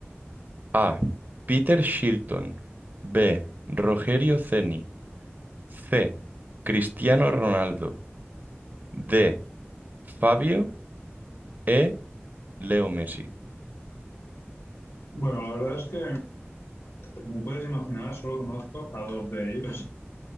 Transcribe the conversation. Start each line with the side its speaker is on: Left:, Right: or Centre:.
Right: A. Peter Shilton. B. Rogerio Ceni. C. Cristiano Ronaldo. D. Fabio. E. Leo Messi.
Left: Bueno, la verdad es que, como puedes imaginar, solo conozco a dos de ellos